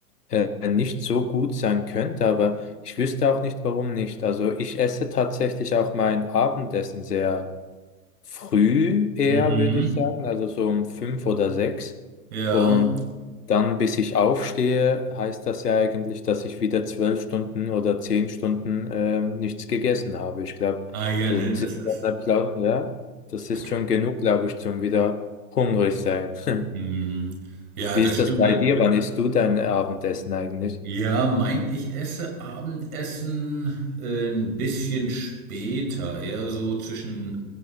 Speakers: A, on the left; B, on the right.
A: äh, nicht so gut sein könnte, aber ich wüsste auch nicht, warum nicht. Also ich esse tatsächlich auch mein Abendessen sehr früh eher,
B: Mhm.
A: würde ich sagen, also so um fünf oder sechs.
B: Ja.
A: Und dann, bis ich aufstehe, heißt das ja eigentlich, dass ich wieder zwölf Stunden oder zehn Stunden ähm, nichts gegessen habe. Ich glaube,
B: Ah ja,
A: das
B: ne, das
A: ist
B: ist.
A: schon der Plan, ja, das ist
B: Ah, das-
A: schon genug, glaube ich, zum wieder hungrig sein. <laughs>
B: Mhm. Ja,
A: Wie
B: das
A: ist
B: stimmt.
A: das bei dir? Wann isst du dein Abendessen eigentlich?
B: Ja, mein, ich esse Abendessen äh, ein bisschen später, eher so zwischen